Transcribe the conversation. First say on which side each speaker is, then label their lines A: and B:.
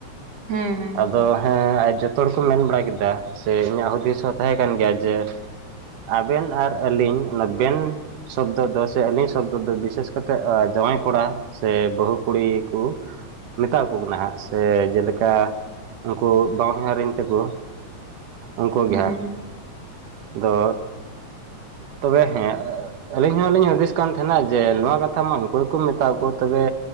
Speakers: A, on the right; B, on the right.
A: ᱦᱮᱸ ᱦᱮᱸ,
B: ᱟᱫᱚ ᱦᱮᱸ ᱟᱡ ᱡᱚᱛᱚ ᱦᱚᱲ ᱠᱚ ᱢᱮᱱ ᱵᱟᱲᱟ ᱠᱮᱫᱟ ᱥᱮ ᱤᱧᱟᱹᱜ ᱦᱩᱫᱤᱥ ᱦᱚᱸ ᱛᱟᱦᱮᱸ ᱠᱟᱱ ᱜᱮᱭᱟ ᱡᱮ ᱟᱵᱮᱱ ᱟᱨ ᱟᱹᱞᱤᱧ ᱚᱱᱟ ᱵᱮᱱ, ᱥᱚᱵᱽᱫᱚ ᱫᱚ ᱥᱮ ᱟᱹᱞᱤᱧ ᱥᱚᱵᱽᱫᱚ ᱫᱚ ᱵᱤᱥᱮᱥ ᱠᱟᱛᱮᱫ ᱮ ᱡᱟᱶᱟᱭ ᱠᱚᱲᱟ, ᱥᱮ ᱵᱟᱹᱦᱩ ᱠᱩᱲᱤ ᱠᱚ ᱢᱮᱛᱟ ᱠᱚ ᱠᱟᱱᱟ ᱦᱟᱸᱜ ᱥᱮ ᱡᱮᱞᱮᱠᱟ ᱩᱱᱠᱩ ᱵᱟᱦᱚᱸᱧᱦᱟᱨᱤᱧ ᱛᱮᱠᱚ ᱩᱱᱠᱩ
A: ᱦᱮᱸ
B: ᱜᱮ ᱦᱟᱸᱜ, ᱫᱚ ᱛᱚᱵᱮ ᱦᱮᱸ ᱟᱹᱞᱤᱧ ᱦᱚᱞᱤᱧ ᱦᱩᱫᱤᱥ ᱠᱟᱱ ᱛᱟᱦᱮᱸᱱᱟ ᱡᱮ ᱱᱚᱣᱟ ᱠᱟᱛᱷᱟ ᱢᱟ ᱚᱠᱚᱭ ᱠᱚᱢ ᱢᱮᱛᱟ ᱠᱚᱣᱟ ᱛᱚᱵᱮ,